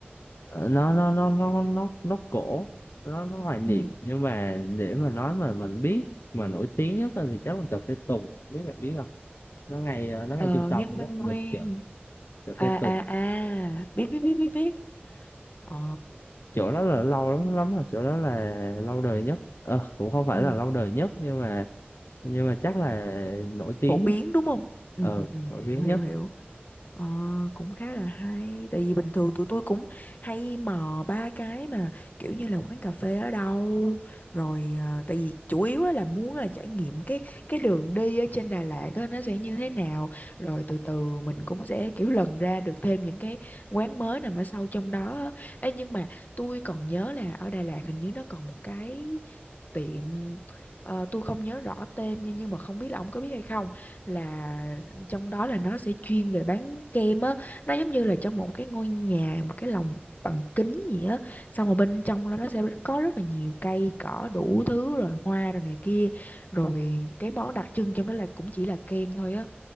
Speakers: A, on the left; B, on the left.
A: nó nó nó nó nó nó cổ nó nó hoài niệm
B: ừ
A: nhưng mà để mà nói mà mình biết mà nổi tiếng nhất á thì chắc là cà phê Tùng biết bạn biết không nó ngay ờ, nó ngay
B: ờ,
A: trung tâm
B: nghe
A: đúng
B: quen
A: không
B: quen
A: gần chợ cà
B: à
A: phê
B: à
A: Tùng
B: à biết biết biết biết biết ờ
A: chỗ đó là lâu lắm lắm rồi chỗ đó là lâu đời nhất Ờ, cũng không phải
B: Ừ.
A: là lâu đời nhất nhưng mà nhưng mà chắc là nổi tiếng
B: Phổ biến
A: nhất
B: đúng không? Ừ
A: ờ
B: ừ ừ
A: nổi
B: hiểu
A: tiếng
B: hiểu
A: nhất
B: hiểu. Ờ, cũng khá là hay Tại vì bình thường tụi tôi cũng hay mò ba cái mà Kiểu như là quán cà phê ở đâu Rồi ờ, tại vì chủ yếu á là muốn là trải nghiệm cái cái đường đi ở trên Đà Lạt á, Nó sẽ như thế nào Rồi từ từ mình cũng sẽ kiểu lần ra được thêm những cái quán mới nằm ở sâu trong đó á. Ê, nhưng mà tôi còn nhớ là ở Đà Lạt hình như nó còn một cái tiệm ờ, tôi không nhớ rõ tên nha nhưng mà không biết là ông có biết hay không là trong đó là nó sẽ chuyên về bán kem á nó giống như là trong một cái ngôi nhà một cái lồng bằng kính gì á xong rồi bên trong đó nó sẽ có rất là nhiều cây cỏ đủ thứ rồi hoa rồi này kia rồi cái món đặc trưng trong đó là cũng chỉ là kem thôi á